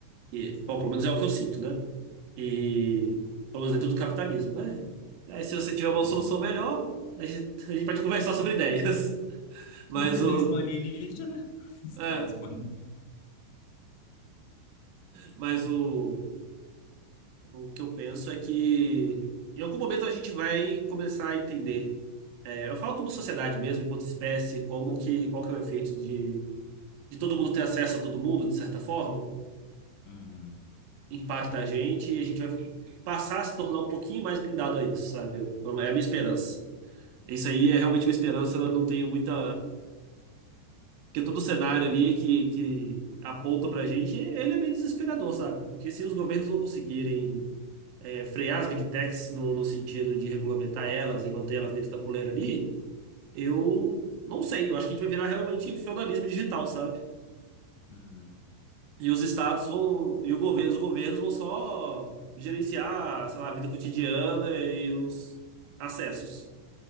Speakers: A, on the right; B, on the left.
A: E, bom,
B: Hum.
A: pelo menos é o que eu sinto, né? E, pelo menos dentro do capitalismo, né? Aí, se você tiver uma
B: Uhum.
A: solução melhor, a gente, a gente pode conversar sobre ideias. <laughs> Mas
B: Intervenção
A: o,
B: alienígena <laughs> está
A: é,
B: disponível.
A: mas o, o que eu penso é que em algum momento a gente vai começar a entender. É, eu falo como sociedade mesmo, enquanto espécie, como que, qual que é o efeito de, de todo mundo ter acesso a todo mundo, de certa forma.
B: Uhum,
A: impacta a gente e a gente vai passar a se tornar um pouquinho mais blindado a isso, sabe? É a minha esperança. Isso aí é realmente uma esperança, eu não tenho muita. Porque todo o cenário ali que, que aponta pra gente, ele é meio desesperador, sabe? Porque se os governos não conseguirem é, frear as big techs no, no sentido de regulamentar elas e manter elas dentro da coleira ali, eu não sei. Eu acho que a gente vai virar realmente feudalismo digital, sabe?
B: uhum.
A: E os estados vão, e o governo, os governos vão só gerenciar, sei lá, a vida cotidiana e os acessos